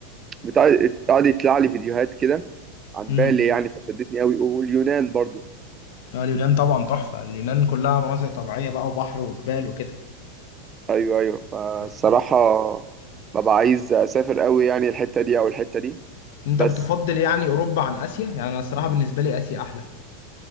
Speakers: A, on the right; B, on the left.
A: بتاع قاعد يطلع لي فيديوهات كده عن
B: امم
A: بالي يعني فشدتني قوي واليونان برضو
B: لا اليونان طبعا تحفة اليونان كلها مناظر طبيعية بقى وبحر وجبال وكده
A: ايوه ايوه فالصراحه
B: بس
A: ببقى عايز اسافر قوي يعني الحته دي او الحته دي
B: أنت
A: بس
B: بتفضل يعني أوروبا عن آسيا؟ يعني أنا الصراحة بالنسبة لي آسيا أحلى